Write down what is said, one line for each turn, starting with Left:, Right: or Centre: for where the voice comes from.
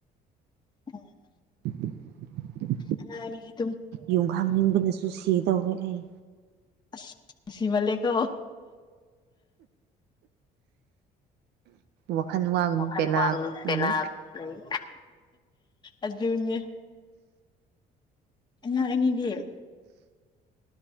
Left: ꯎꯝ
Right: <unintelligible>
Left: <unintelligible>
Right: ꯌꯨꯝꯈꯥꯡꯅꯤꯡꯕꯅꯁꯨ ꯁꯤ ꯇꯧꯔꯦ ꯑꯩ
Left: ꯑꯁ ꯁꯤꯃꯜ ꯂꯦꯀꯣ
Right: ꯋꯥꯈꯜ ꯋꯥꯒꯅꯨ
Left: ꯋꯥꯈꯜ
Right: ꯄꯦꯂꯥ
Left: ꯋꯥꯡꯅꯨ ꯄꯦꯂꯞ
Right: ꯂꯩ
Left: ꯂꯩ ꯑꯗꯨꯅꯦ ꯑ ꯑꯦꯅꯤꯗꯤꯌꯦ